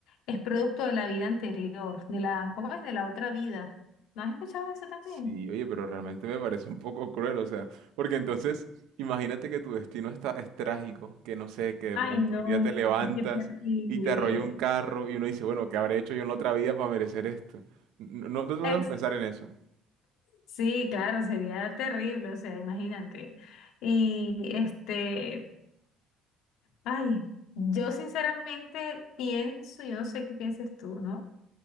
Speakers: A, on the left; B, on the right.
A: es producto de la vida anterior, de la, ¿cómo es? De la otra vida. ¿No has escuchado eso también?
B: Sí, oye, pero realmente me parece un poco cruel, o sea, porque entonces, imagínate que tu destino está, es trágico, que no sé, que de
A: Ay,
B: pronto
A: no,
B: un día te levantas
A: qué terrible.
B: y te arrolla un carro y uno dice, bueno, ¿qué habré hecho yo en la otra vida para merecer esto? No, no, no te dejo
A: Ex-
B: pensar en eso.
A: Sí, claro, sería terrible, o sea, imagínate. Y este, ay, yo sinceramente pienso, yo no sé qué piensas tú, ¿no?